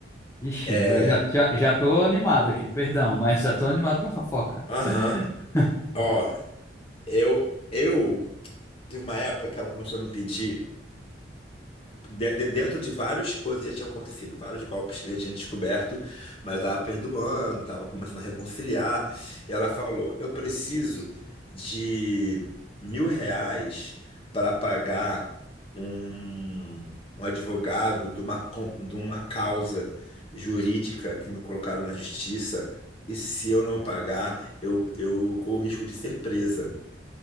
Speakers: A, on the left; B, on the left.
A: Ixi,
B: É,
A: eu já, já, já tô animado aqui, perdão, mas já tô animado pra fofoca.
B: aham.
A: <laughs>
B: Ó, eu, eu tive uma época que ela começou a me pedir. de- de- dentro de várias coisas que já tinham acontecido, vários golpes que eu já tinha descoberto, mas eu tava perdoando, tava começando a reconciliar. E ela falou: Eu preciso de mil reais para pagar um, um advogado de uma, co- de uma causa jurídica que me colocaram na justiça. E se eu não pagar, eu, eu corro o risco de ser presa